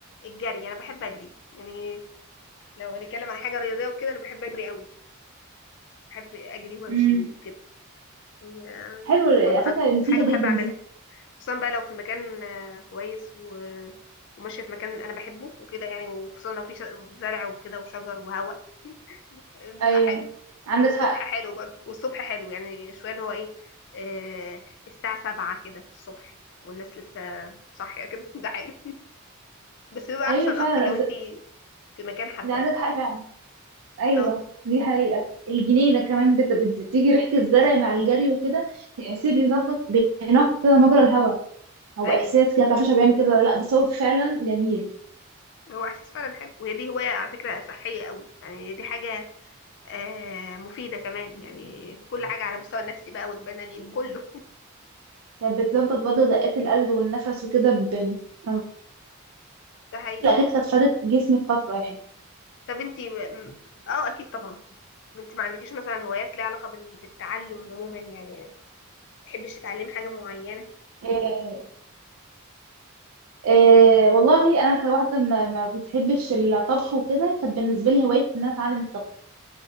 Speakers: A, on the left; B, on the right.
A: الجري انا بحب اجري يعني لو هنتكلم عن حاجة رياضية وكده انا بحب اجري قوي بحب اجري
B: <laughs>
A: وامشي
B: امم
A: وكده يعني
B: حلو على
A: دي برضو حاجة
B: فكره مفيده
A: حاجة بحب
B: جدا
A: اعملها
B: دي
A: خصوصا بقى لو في مكان آه، كويس و... وماشية في مكان أنا بحبه وكده يعني وخصوصا لو في ش... زرع وكده وشجر وهواء <laughs> آه، بيبقى
B: ايوه
A: حلو
B: عندك
A: والصبح
B: حق
A: حلو برضه والصبح حلو يعني شوية اللي هو إيه آه الساعة سبعة كده الصبح والناس لسه صاحية كده <laughs> ده حلو بس بيبقى
B: ايوه
A: أحسن
B: فعلا
A: أكتر لو أنتي في مكان حباه
B: ده عندك حق فعلا ايوه
A: اه
B: دي حقيقة الجنينة كمان بت- بت- بتيجي ريحة الزرع مع الجري وكده تحسيه بيظبط بينقي كده مجرى الهواء هو
A: أيوه
B: احساس كده متعرفش هو بيعمل كده ولا لا بس هو فعلا جميل
A: هو إحساس فعلا حلو وهي دي هواية على فكرة صحية قوي يعني دي حاجة آه مفيدة كمان يعني في كل حاجة على المستوى النفسي بقى والبدني وكله
B: كانت بتظبط برضه دقات القلب والنفس وكده ب... كان
A: ده حقيقي
B: الاكيد كانت فادت جسمك فترة يعني
A: طب انتي م- اه اكيد طبعا انت ما عندكيش مثلا هوايات ليها علاقه بال- بالتعلم عموما يعني ما تحبيش تتعلمي حاجه معينه
B: إيه... إيه... والله انا كواحدة ما, ما بتحبش الطبخ وكده كانت بالنسبة لي هواية ان انا اتعلم الطبخ